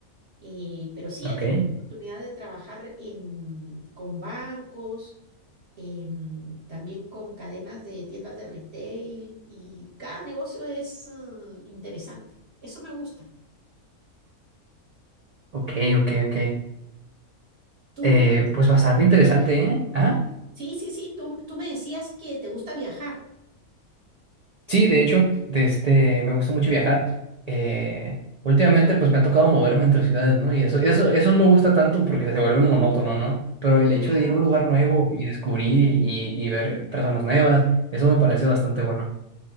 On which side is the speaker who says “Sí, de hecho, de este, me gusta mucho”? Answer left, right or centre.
Right